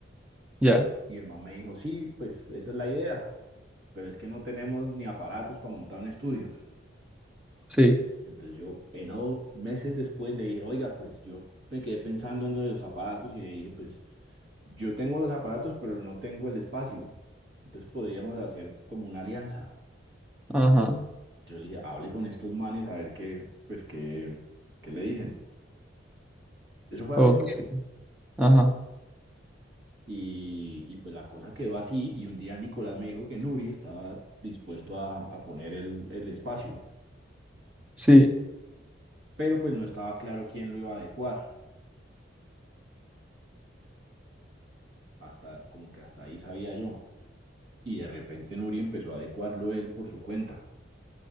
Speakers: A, in the centre; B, on the right.
A: Ya.
B: Y el man me dijo, sí, pues esa es la idea, pero es que no tenemos ni aparatos para montar un estudio.
A: Sí.
B: Entonces yo, eh, no, meses después le dije, oiga, pues yo me quedé pensando en lo de los aparatos y le dije, pues yo tengo los aparatos pero no tengo el espacio. Entonces podríamos hacer como una alianza.
A: Ajá.
B: Yo le dije, hable con estos manes a ver qué, pues qué, qué le dicen. Eso fue
A: Ok.
B: hace mucho.
A: Ajá.
B: Y, y pues la cosa quedó así y un día Nicolás me dijo que Nuri estaba dispuesto a, a poner el, el espacio,
A: Sí.
B: pero pues no estaba claro quién lo iba a adecuar. Hasta, como que hasta ahí sabía yo. Y de repente Nuri empezó a adecuarlo él por su cuenta.